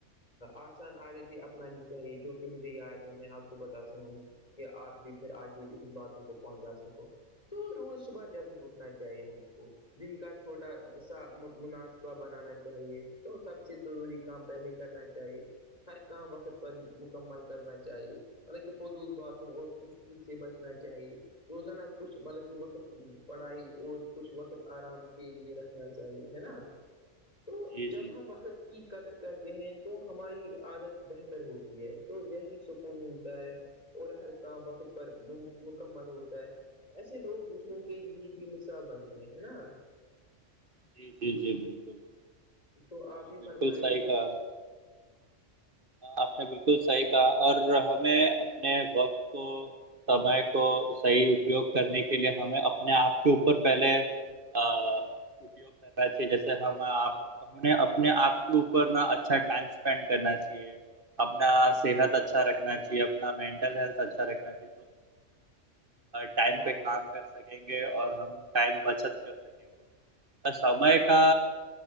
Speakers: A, on the left; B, on the right.
A: آسان آادتی اپنانی چاہیے جو کہ مجھے یاد ہے میں آپ کو بتا سکوں کہ آپ بھی پھر آگے ان باتوں کو پہنچا سکو تو روز صبح جلد اٹھنا چاہیے ہم کو جن کا چھوٹا سا مناسبہ بنانا چاہیے تو سب سے ضروری کام پہلے کرنا چاہیے چاہیے ہر کام وقت پر مکمل کرنا چاہیے حالکہ فضول باتوں اور سستی سے بچنا چاہیے توز نا کچھ مطلب کہ بقت پڑھائی اور کچھ وقت آرام کے لیے رکھنا چاہیے ہے نا تو
B: جی
A: جب
B: جی جی
A: ہم وقت کی قدر کرتے ہیں تو ہماری عادت بہتر ہوتی ہے تو ذہنی سکون ملتا ہے اور ہر کام وقت پر مکمل ہوتا ہے ایسے لوگ دوسروں کے لیے بھی س بنتی ہیں ہے نا
B: جی جی جی بالکل
A: تو آپ
B: نے
A: بھی
B: بالکل
A: فرمائیے
B: صحیح
A: کچھ
B: کہا آپ نے بالکل صحیح کہا اور ہمیں اپنے وقت کو سمے کو صحی اپیوگ کرنے کے لیے ہمیں اپنے آپ کے اوپر پہلے ہاں وگ کرنااہی جیسےپ ہم نے اپنے آپ کے اوپر نا اچھا ٹائم اسپینڈ کرنا چ اپنا
A: ہاں بھائی
B: صحت اچھا رکھنا چاہیے اپنا مینٹل ہیلتھ اچھا رکھنا چاہیے ٹائم
A: ہاں
B: پہ
A: بھائی
B: کام کر سکیں گے اور ہم ٹائم بچت کر سکیں گے سمے
A: ہاں بھائی
B: کا